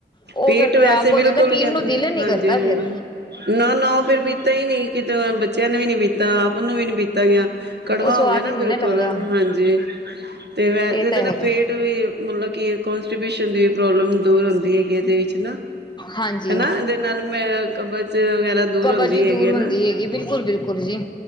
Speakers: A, on the left (about 25°); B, on the right (about 65°).
A: ਉਹ
B: ਪੇਟ
A: ਫਿਰ
B: ਵੈਸੇ
A: ਖ਼ਰਾਬ
B: ਬਿਲਕੁਲ
A: ਹੋ ਜਾਂਦਾ ਪੀਣ
B: ਕਹਿੰਦੇ
A: ਨੂੰ ਦਿਲ ਨੀ
B: ਹਾਂਜੀ
A: ਕਰਦਾ ਫਿਰ
B: ਨਾ, ਨਾ ਉਹ ਫਿਰ ਪੀਤਾ ਹੀ ਨੀ, ਕਿਤੇ ਬੱਚਿਆਂ ਨੇ ਵੀ ਨੀ ਪੀਤਾ, ਮੰਨੁ ਵੀ ਨੀ ਪੀਤ <unintelligible> ਕੜਵਾਂ
A: ਉਹ ਸਵਾਦ
B: ਹੋ ਗਿਆ ਨਾ,
A: ਹੀ ਨੀ
B: ਬਿਲਕੁਲ।
A: ਲੱਗਦਾ
B: ਹਾਂਜੀ, ਤੇ ਵੈਸੇ,
A: ਇਹ ਤਾਂ
B: ਤੇ ਨਾ
A: ਹੈਗਾ
B: ਪੇਟ ਵੀ ਮਤਲਬ ਕਿ ਕੋਲਸ ਡਿਪਰੈਸ਼ਨ ਦੀ ਪ੍ਰੋਬਲਮ ਦੂਰ ਹੁੰਦੀ ਹੈਗੀ, ਇਹਦੇ ਵਿੱਚ ਹਨਾ
A: ਹਾਂਜੀ
B: ਹਨਾ, ਇਹਦੇ ਨਾਲ ਮੈਂ ਕਬਜ ਵਗੈਰਾ ਦੂਰ
A: ਕਬਜ
B: ਹੁੰਦੀ
A: ਵੀ ਦੂਰ
B: ਹੈਗੀ ਨਾ
A: ਹੁੰਦੀ ਹੈਗੀ, ਬਿਲਕੁਲ-ਬਿਲਕੁਲ ਜੀ।